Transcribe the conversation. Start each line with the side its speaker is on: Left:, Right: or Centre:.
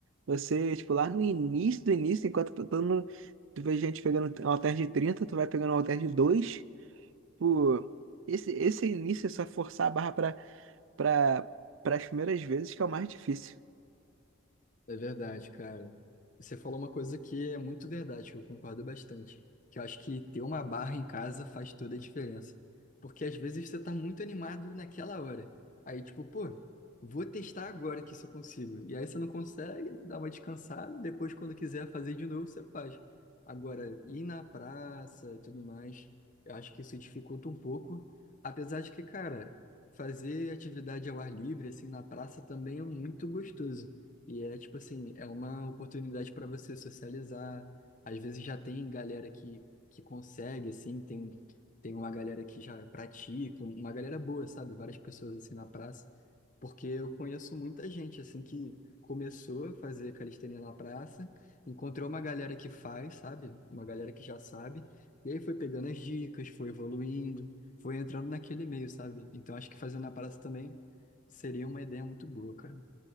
Right: Você, tipo, lá no início do início, enquanto tá todo mundo, tu vê gente pegando um halter de 30, tu vai pegando um halter de 2. Tipo, esse, esse início é só forçar a barra para para para as primeiras vezes que é o mais difícil.
Left: É verdade, cara. Você falou uma coisa que é muito verdade, que eu concordo bastante. Que eu acho que ter uma barra em casa faz toda a diferença. Porque às vezes você tá muito animado naquela hora. Aí, tipo, pô, vou testar agora que isso eu consigo. E aí você não consegue, dá uma descansada, depois quando quiser fazer de novo, você faz. Agora, ir na praça e tudo mais, eu acho que isso dificulta um pouco. Apesar de que, cara, fazer atividade ao ar livre, assim, na praça também é muito gostoso. E é tipo assim, é uma oportunidade para você socializar. Às vezes já tem galera que, que consegue, assim, tem, tem uma galera que já pratica, um, uma galera boa, sabe? Várias pessoas assim na praça. Porque eu conheço muita gente assim que começou a fazer calistenia na praça, encontrou uma galera que faz, sabe? Uma galera que já sabe, e aí foi pegando as dicas, foi evoluindo, foi entrando naquele meio, sabe? Então acho que fazer na praça também seria uma ideia muito boa, cara.